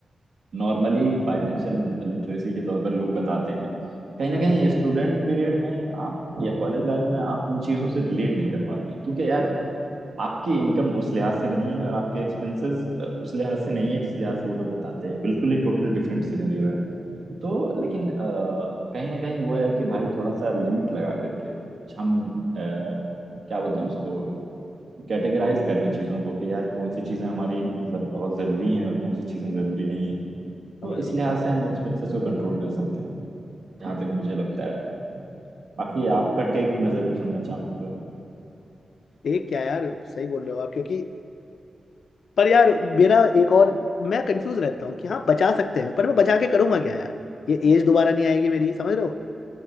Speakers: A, on the right; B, on the left.
A: नॉर्मली फाइनेंशियल लिटरेसी के तौर पर लोग बताते हैं कहीं ना
B: हम्म,
A: कहीं स्टूडेंट पीरियड में आप या कॉलेज लाइफ में आप उन चीजों से रिलेट नहीं कर पाते हैं क्योंकि यार आपकी इनकम उस लिहाज से नहीं है और आपके एक्सपेंसेस उस लिहाज से नहीं है जिस लिहाज से वो लोग बताते हैं बिल्कुल ही टोटल डिफरेंट सिनेरियो है तो लेकिन अ, कहीं ना कहीं वो है कि भाई थोड़ा सा लिमिट लगा करके हम अ, क्या बोलते हैं उसको कैटेगराइज कर लें चीज़ों को कि यार कौन सी चीज़ें हमारी मतलब बहुत ज़रूरी हैं और कौन सी चीज़ें ज़रूरी नहीं हैं
B: समझ
A: तो इस
B: रहा
A: लिहाज
B: हूँ समझ रहा
A: से
B: हूँ।
A: हम एक्सपेंसेस को कंट्रोल कर सकते हैं जहाँ तक मुझे लगता है बाकी आपका टेक मैं ज़रूर सुनना चाहूंगा
B: एक क्या यार सही बोल रहे हो आप क्योंकि पर यार मेरा एक और मैं कंफ्यूज रहता हूँ कि हाँ बचा सकते हैं पर मैं बचा के करूंगा क्या यार ये एज दोबारा नहीं आएगी मेरी समझ रहे हो